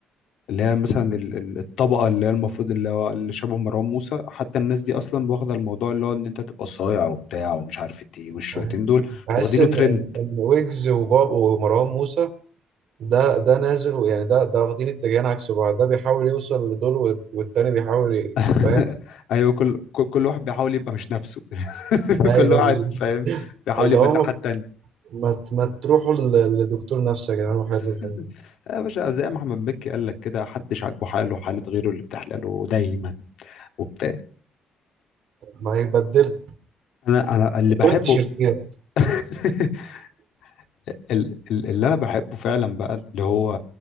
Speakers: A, on the left; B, on the right.
A: اللي هي مثلا ال- ال- الطبقة اللي هي المفروض اللي هو اللي شبه مروان موسى حتى الناس دي أصلا واخدة الموضوع اللي هو إن أنت تبقى صايع وبتاع ومش عارف إيه والشويتين
B: فاهم؟
A: دول
B: بحس
A: واخدينه
B: ان
A: ترند
B: ان إن ويجز وباب ومروان موسى ده ده نازل يعني ده ده واخدين اتجاهين عكس بعض ده بيحاول يوصل لدول وال- والتاني بيحاول ي-
A: <laughs>
B: فاهم
A: ايوه كل كل كل واحد بيحاول يبقى مش نفسه
B: ايوه
A: <laughs> كل واحد
B: بالظبط.
A: فاهم بيحاول
B: اللي
A: يبقى
B: هو
A: الناحيه التانيه
B: ما ت- ما تروحوا ل- لدكتور نفسي يا جدعان وحلوا
A: <laughs>
B: الحوار ده.
A: يا باشا زي ما احمد مكي قال لك كده حدش عاجبه حاله حاله غيره اللي بتحلاله دايما وبتاع
B: ما يبدل
A: انا انا اللي بحبه
B: دول التيشيرتات
A: <laughs> ال- ال- اللي انا بحبه فعلا بقى اللي هو